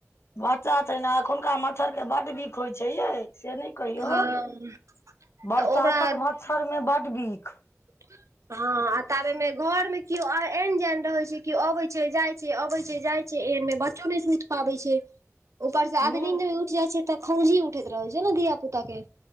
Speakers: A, on the left (about 55°); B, on the right (about 65°).
A: बच्चा छै ने एखुनका मच्छर के बड्ड बिष होइ छै यै से नहि कहियौ
B: हँ
A: बरसातक
B: तऽ ओकरा
A: मच्छर मे बड बिख।
B: <inaudible> हँ आ ताबेमे घर में केओ एऐन जैन रहे छै केओ अबे छै जाय छै अबे छै जाय छै एहनमे बच्चो नहि सुइत पाबै छै। ऊपर से आध
A: आ नीन
B: नींद में उठि जाइ छै तऽ खौंजी उठैत रहै छै ने धिया पुता के।